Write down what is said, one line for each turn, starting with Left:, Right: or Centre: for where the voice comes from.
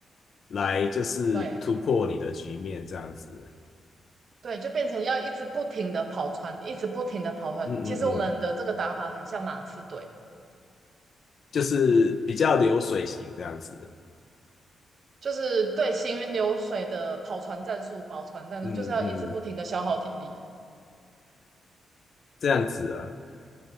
Left: 来就是突破你的局面这样子。
Right: 对。对，就变成要一直不停的跑船，一直不停的跑船。
Left: 嗯嗯嗯，
Right: 其实我们的这个打法很像马刺队，
Left: 就是比较流水型这样子。
Right: 就是对行云流水的跑船战术、跑船战术，
Left: 嗯嗯，
Right: 就是要一直不停的消耗体力。
Left: 这样子啊，